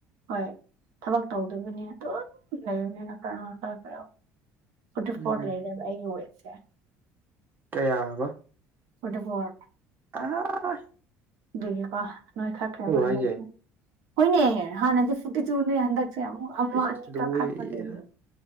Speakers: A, on the right (about 75°); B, on the right (about 30°).
A: ꯍꯣꯏ ꯊꯕꯛ ꯇꯧꯗꯕꯅꯤꯅ ꯑꯗꯨꯝ ꯂꯩꯕꯅꯤꯅ ꯀꯔꯥ ꯈꯔ ꯈꯔ ꯐꯣꯔꯇꯤ
B: ꯎꯝ
A: ꯐꯣꯔ ꯂꯩꯔꯦꯕ ꯑꯩꯒꯤ ꯋꯦꯠꯁꯦ
B: ꯀꯌꯥ ꯍꯥꯏꯕ
A: ꯐꯣꯔꯇꯤ ꯐꯣꯔ
B: ꯑꯥꯏ
A: ꯑꯗꯨꯒꯤꯀꯣ ꯅꯣꯏꯈꯠꯈ꯭ꯔꯦꯕ ꯍꯟꯗꯛꯁꯦ
B: ꯍꯥꯏꯁꯦ
A: ꯍꯣꯏꯅꯦ ꯍꯥꯟꯅꯗꯤ ꯐꯤꯐꯇꯤ ꯇꯨꯅꯦ ꯍꯟꯗꯛ ꯁꯦ ꯑꯃꯨꯛ ꯑꯃ
B: ꯑꯁ
A: ꯑꯅꯤ
B: ꯂꯣꯏꯔꯦꯍꯦ
A: ꯀꯥꯈꯠꯄꯗꯒꯤ